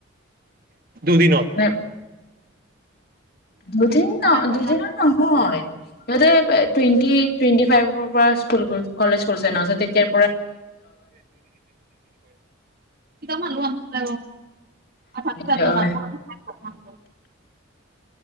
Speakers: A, on the right (about 50°); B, on the left (about 50°).
A: দুদিনত
B: মানে দুদিন
A: দুদিন
B: ন দুদিনৰ নহয় সিহঁতে টুৱেটি টুৱেণ্টি ফাইভৰ পৰা স্কুল কলেজ খুলছে ন তেতিয়া
A: ো মালো আম <unintelligible>
B: বোলে
A: এখনকে